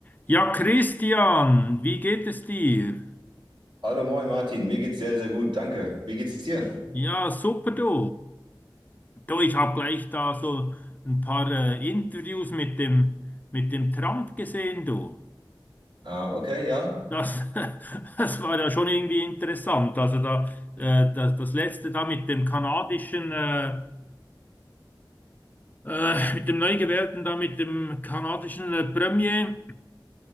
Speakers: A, on the left; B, on the right.
A: Ja, Christian, wie geht es dir?
B: Hallo, moin Martin, mir geht's sehr, sehr gut, danke. Wie geht's dir?
A: Ja, super du. Du, ich habe gleich da so ein paar äh, Interviews mit dem, mit dem Trump gesehen, du.
B: Ah, okay, ja.
A: Das, <laughs> das war ja schon irgendwie interessant. Also da, äh, das, das letzte da mit dem kanadischen, äh, äh, mit dem neu gewählten da, mit dem kanadischen äh, Premier.